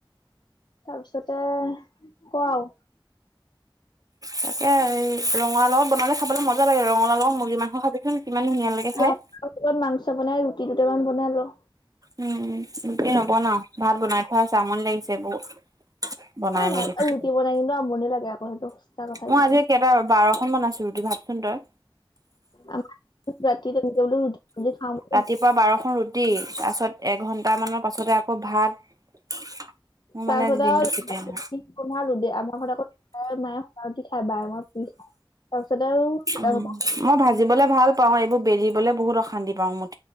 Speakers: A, on the left; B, on the right.
A: তাৰপিছতে ক' আৰু।
B: তাকে ৰঙালাও বনালে খাবলৈ মজা লাগে, ৰঙালাওত মুৰ্গী মাংস খাবিচোন, কিমান ধুনীয়া লাগে
A: ৰঙালাওৰ
B: খাই।
A: লগত মাংস বনাই, ৰুটি দুটামান বনাই ল।
B: উম' গোটেই নবনাওঁ, ভাত বনাই থোৱা আছে, আমনি লাগিছে বহুত। বনাই
A: এ ভাল
B: মেলি থাক।
A: ৰুটি বনাই কিন্তু আমনি লাগে আকৌ সেইটো সঁচা কথা
B: মই
A: একদম
B: আজি কেইটা বাৰখন আছে। ৰুটি ভাবচোন তই।
A: আম ৰাতি যে তেনেকে বুলো ৰুটি চুটি খওঁ।
B: ৰাতিপুৱা বাৰখন ৰুটি তাৰপাছত এঘণ্টা মানৰ পাছতে আকৌ ভাত। মোৰ মানে
A: তাৰপিছতে
B: আজি দিনটো
A: আৰু
B: কেতিয়া নহয়
A: ৰু বনালো দে। আমাৰ ঘৰত আকৌ পাপাই মায়ে খুকান ৰুটি খাই, বাই মাই পুৰি খাওঁ। তাৰপিছতে আৰু এদাই
B: উম
A: হ'ব।
B: মই ভাজিবলৈ ভাল পাও, এইবোৰ বেলিবলৈ বহুত অশান্তি পাওঁ। মোক